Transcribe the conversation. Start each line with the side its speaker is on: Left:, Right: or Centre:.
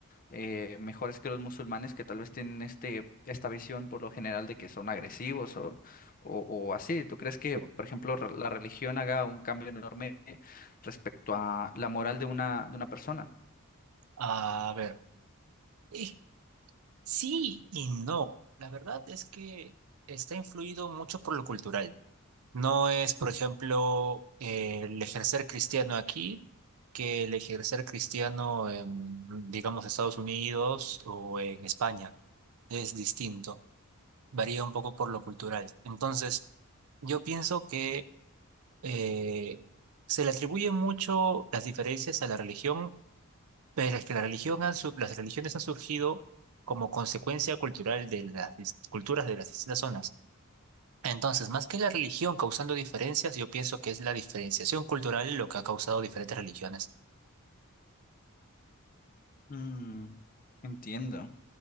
Left: eh, mejores que los musulmanes que tal vez tienen este, esta visión por lo general de que son agresivos o, o, o así? ¿Tú crees que,
Right: digo.
Left: por ejemplo, re- la religión haga un cambio enorme respecto a la moral de una, de una persona?
Right: A ver. eh, sí y no. La verdad es que está influido mucho por lo cultural. No es, por ejemplo, eh, el ejercer cristiano aquí que el ejercer cristiano en, digamos, Estados Unidos o en España. Es distinto, varía un poco por lo cultural. Entonces, yo pienso que eh, se le atribuye mucho las diferencias a la religión, pero es que la religión han su- las religiones han surgido como consecuencia cultural de las dis- culturas de las distintas zonas. Entonces, más que la religión causando diferencias, yo pienso que es la diferenciación cultural lo que ha causado diferentes religiones.
Left: Mm, entiendo.